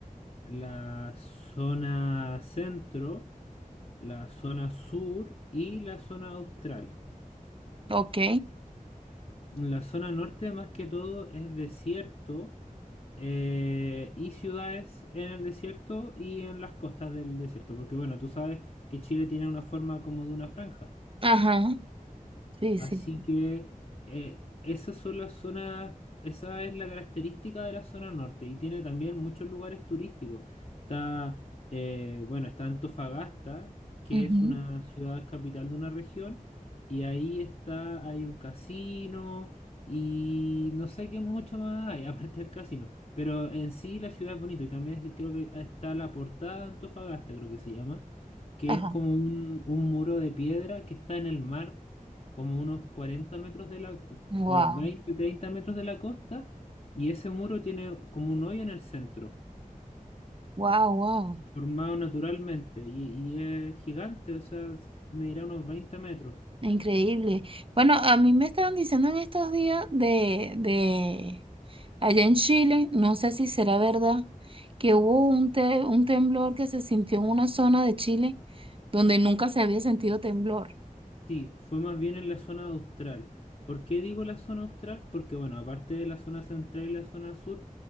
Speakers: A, on the left; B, on the right.
A: la zona centro, la zona sur y la zona austral.
B: Ok.
A: La zona norte más que todo es desierto eh, y ciudades en el desierto y en las costas del desierto, porque bueno, tú sabes que Chile tiene una forma como de una franja.
B: Ajá. Sí,
A: Así
B: sí.
A: que eh, esas son las zonas, esa es la característica de la zona norte y tiene también muchos lugares turísticos. Está, eh, bueno, está Antofagasta, que
B: Ujú.
A: es una ciudad capital de una región, y ahí está, hay un casino y no sé qué mucho más hay, <laughs> aparte del casino. Pero en sí la ciudad es bonita y también es- creo que está la portada de Antofagasta, creo que se llama, que
B: Ajá.
A: es como un, un muro de piedra que está en el mar como unos 40 metros de la,
B: Wow.
A: o 20 30 metros de la costa, y ese muro tiene como un hoyo en el centro,
B: Wow, wow.
A: formado naturalmente, y, y es gigante, o sea, medirá unos 20 metros.
B: Increíble. Bueno, a mí me estaban diciendo en estos días de, de allá en Chile, no sé si será verdad, que hubo un, te- un temblor que se sintió en una zona de Chile donde nunca se había sentido temblor.
A: Sí, fue más bien en la zona austral. ¿Por qué digo la zona austral? Porque, bueno, aparte de la zona central y la zona sur,